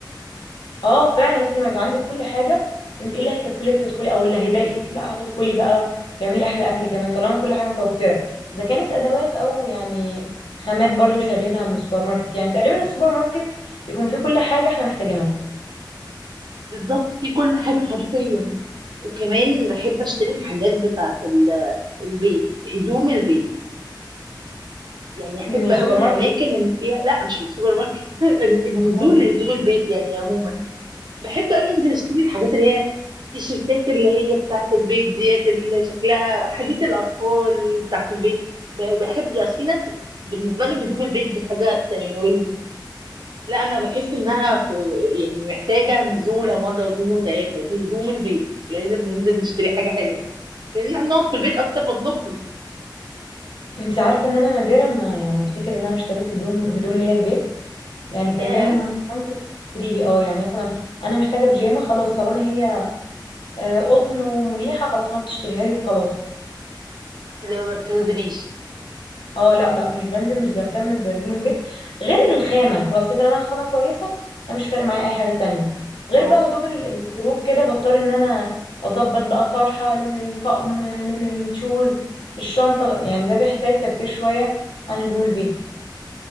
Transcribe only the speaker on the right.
بالظبط في كل حاجة حرفيا وكمان بحب أشتري الحاجات بتاعة ال- البيت هدوم البيت يعني أحب
قوي الأماكن
اللي فيها لا مش من السوبر ماركت <laughs> النزول
لهدوم البيت يعني عموما بحب أوي أنزل أشتري الحاجات اللي هي التيشيرتات اللي هي بتاعة البيت ديت اللي شكلها حاجات الأطفال بتاعة البيت ب- بحب بس في ناس بالنسبة لهم هدوم البيت دي حاجة ثانوية لا أنا بحس إنها في يعني محتاجة نزولة مرة واتنين وتلاتة دي هدوم البيت لازم ننزل نشتري حاجة حلوة لأن إحنا بنقعد في البيت أكتر ما بنخرج
ياه
لما ما بتنزليش
أهو